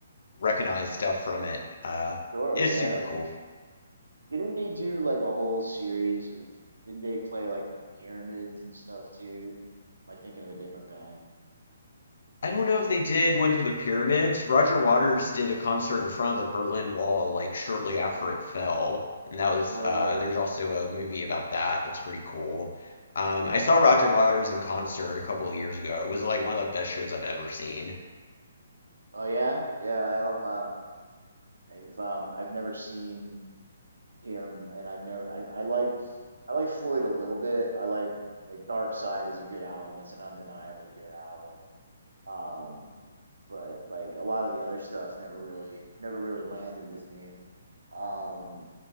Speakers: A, on the left; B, on the right.
A: recognize stuff from it. Uh,
B: Sure,
A: it's
B: yeah.
A: super cool.
B: Didn't they do like a whole series of, didn't they play like at the pyramids and stuff too? Am I thinking of a different band?
A: I don't know if they did one for the pyramids. Roger Waters did a concert in front of the Berlin Wall like shortly after it fell, and that was
B: Right.
A: uh, there's also a movie about that that's pretty cool. Um,
B: Okay.
A: I saw Roger Waters in concert a couple of years ago. It was like one of the best shows I've ever seen.
B: Oh yeah. Yeah, I um uh, I've um I've never seen him and I've never I I like I like Floyd a little bit. I like like Dark Side is a good album. It's an undeniably good album. Um but like a lot of the other stuff never really never really landed with me. um